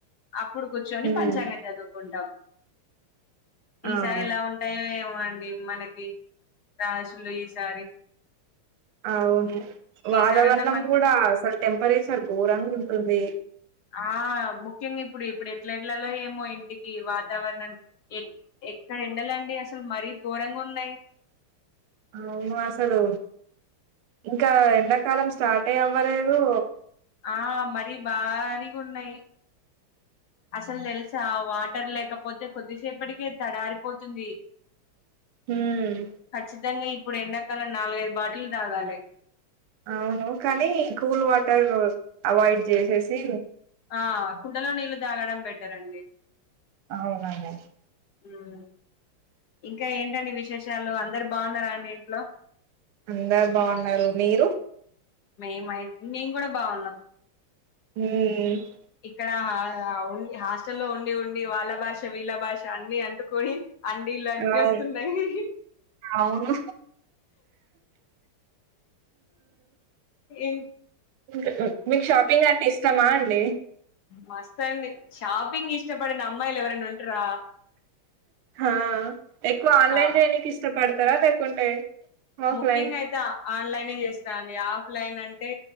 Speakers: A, on the left (about 65°); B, on the right (about 80°).
A: అప్పుడు కూర్చొని
B: ఉమ్
A: పంచాంగం చదువుకుంటాం. ఈ
B: అవును
A: సారి ఎలా ఉంటాయో ఏమో? పాండి మనకి రాశులు ఈసారి.
B: అవును, వాతావరణం
A: ఈసారన్నా మన
B: కూడా స టెంపరేచర్ ఘోరంగుంటుంది.
A: ఆ ముఖ్యంగా ఇప్పుడు ఇప్పుడు ఎట్ల ఏళ్లలో ఏమో ఇంటికి వాతావరణం ఎ ఎక్కడ ఎండాలండి అసలు మరీ ఘోరంగా ఉన్నాయి.
B: అవును అసలు ఇంకా ఎంతకాలం స్టార్ట్ ఏ అవ్వలేదు
A: ఆ మరీ బారీగున్నయి. అసల్ తెల్సా వా టర్ లేకపోతే కొద్దిసేపటికే తడారిపోతుంది.
B: ఉమ్
A: ఖచ్చితంగ ఇ ఇప్పుడు ఎండాకాలం నాలుగైదు బాటిళ్ళు తాగాలి.
B: అవును కానీ కూల్ వాటర్ అవాయిడ్ చేసేసి
A: ఆ కుండలో నీళ్ళు తాగడం బెటర్ అండి
B: అవునండి
A: హ్మ్మ్ ఇంకా ఏ విశేషాలు అందరు బాగున్నారా అండి ఇంట్లో
B: అందరు బాగున్నరు, మీరు?
A: మేమై, మేం కూడ బాగున్నాం.
B: ఉమ్
A: ఇక్కడ ఆ ఆ ఉండి హాస్టల్ల్లో ఉండి ఉండి వాళ్ళ భాష వీళ్ళ భాష అన్ని అంటుకొని అండీలచ్చేస్తున్నయి,
B: అవును అవును
A: ఇం
B: మీకు ఉ మీకు షాపింగ్ అంటే ఇస్ ష్టమ అండి
A: మస్తండి షాపింగ్ ఇష్టపడన అమ్మాయిలు ఎవరున్న ఉంట్రా
B: హా ఎక్కువ ఆన్లైన్
A: షా
B: రేనికి ఇష్టపడ్ తర లేకుంటే ఆఫ్లైన్
A: ముఖ్యంగ్ అయితే ఆన్లైనే ఏస్తా అండి ఆ ఫ్ లైన్ అంటే